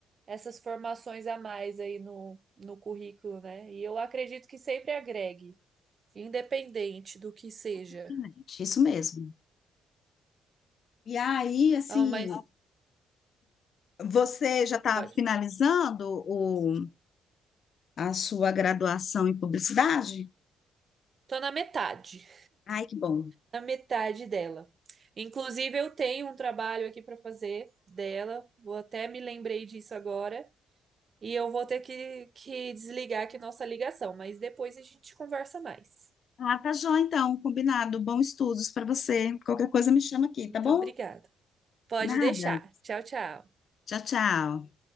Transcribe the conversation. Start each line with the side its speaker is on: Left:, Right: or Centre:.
Right: essas formações a mais aí no, no currículo, né, e eu acredito que sempre agregue, independente do que seja.
Left: Excelente, Isso mesmo. E aí, assim,
Right: Não, mas
Left: Você já está
Right: pode.
Left: finalizando o, a sua graduação em publicidade?
Right: Tô na metade,
Left: Ai, que bom.
Right: na metade dela. Inclusive, eu tenho um trabalho aqui para fazer dela. Vou até me lembrei disso agora. E eu vou ter que, que desligar aqui nossa ligação, mas depois a gente conversa mais.
Left: Ah, tá joia, então, combinado. Bons estudos para você. Qualquer coisa me chama aqui,
Right: Muito
Left: tá bom?
Right: obrigada. Pode
Left: Nada.
Right: deixar. Tchau, tchau.
Left: Tchau, tchau.